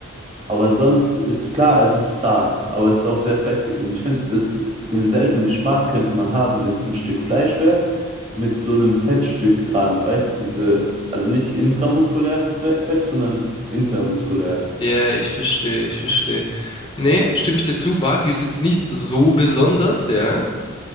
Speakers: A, on the right; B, on the left.
A: Aber sonst ist klar, es ist zart, aber es ist auch sehr fettig. Und ich finde, das- denselben Geschmack könnte man haben, wenn es ein Stück Fleisch wäre, mit so einem Fettstück dran. Weißt du, diese, also nicht intramuskuläres Fle- Fett, sondern intermuskuläres.
B: Ja, ich verstehe, ich verstehe. Nee, stimme ich dir zu, Wagyu ist jetzt nicht so besonders, ja.